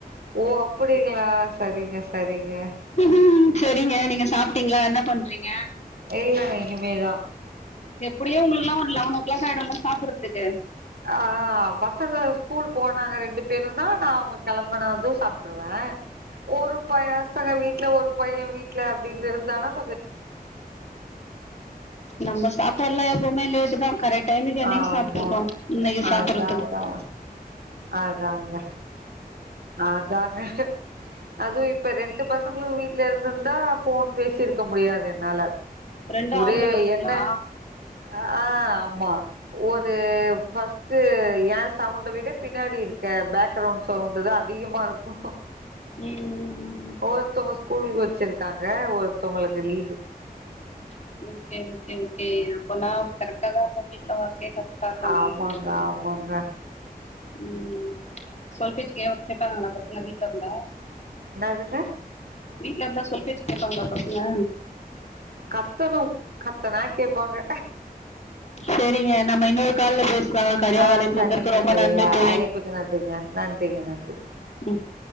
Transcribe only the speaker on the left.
கூகு சேரிங்க நீங்க சாப்பிட்டீங்களா என்ன பண்றீங்க
அப்படியும் உங்கலு எல்லாம் லெவன் ஓ களாக் ஆயிடும்லா சாப்படுறதுக்கு
நம்ம சாப்பாடுலாம் எப்பவுமே லேட் தான் கரெக்ட் டைமுக்கு என்னைக்கி
சாப்பிட்டுருக்கோம் இன்னைக்கி சாப்புற்றதுக்கு
ரெண்டு
ஆம்பள ‌பசங்ளா
ம்
<unintelligible> இருக்கும்
தான் சொல்றீங்க
ம் சொல்பேச்சு கேப்பா ங்களா பசங்க வீட்லருந்தா
வீட்ல இருந்தா சொல்பேச்சு கேப்பாங்ளா பசங்க
செரிங்க நம்ம இன்னொரு கால்ல பேசிக்கலாம் சரியா
அழைபுக்கு
ரொம்ப நன்றி
தோழி
ம்